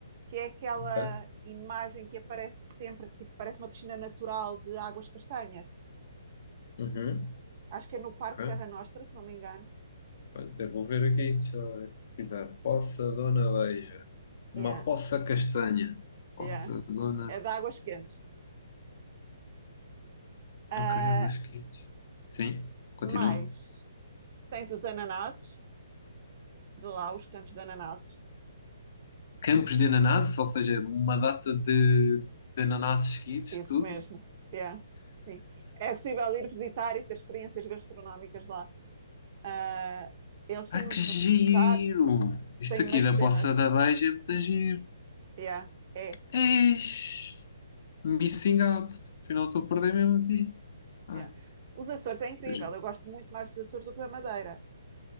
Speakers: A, on the right (about 40°); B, on the left (about 50°).
A: que é aquela
B: ok,
A: imagem que aparece sempre, tipo, parece uma piscina natural de águas castanhas.
B: uhum,
A: Acho que é no Parque
B: ok.
A: Terra Nostra, se não me engano.
B: Olha, Até vou ver aqui, deixa eu ver, pesquisar. Poça Dona Beija. Uma
A: É,
B: poça castanha. Poça
A: é,
B: Dona...
A: É de águas quentes. Ah,
B: Ok, águas quentes. Sim, continua.
A: mas tens os ananases, de lá, os campos de ananases.
B: Campos de ananás, ou seja, uma data de, de ananás seguidos,
A: Isso
B: tudo.
A: mesmo. É, sim. É possível ir visitar e ter experiências gastronómicas lá. Ah, eles
B: Ah,
A: têm
B: que
A: uns
B: giro!
A: reboçados,
B: Isto
A: têm
B: aqui
A: umas
B: da
A: cenas.
B: Poça da Beija é muito giro.
A: É, é,
B: Eish, missing out. Afinal, estou a perder mesmo aqui. Ah,
A: é. Os Açores é incrível.
B: que giro.
A: Eu gosto muito mais dos Açores do que da Madeira.